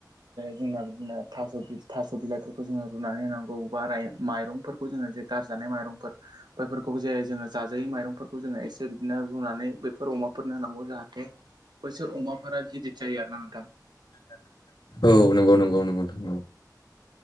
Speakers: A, on the right; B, on the left.
A: जोंना बिदिनो थास' बि, थास' बिलाइफोरखौ जोङो रुनानै होनांगौ बा माइरंफोरखौ जोङो जे गारजानाय माइरंफोर बैफोरखौबो जे जोङो जाजायै माइरंफोरखौ जोङो एसे बिदिनो रुनानै बेफोर अमाफोरनो होनांगौ जाहाथे बैसोर अमाफोरा गिदिर जायो आरोना नोंथां।
B: औ नंगौ नंगौ नोथां नंगौ।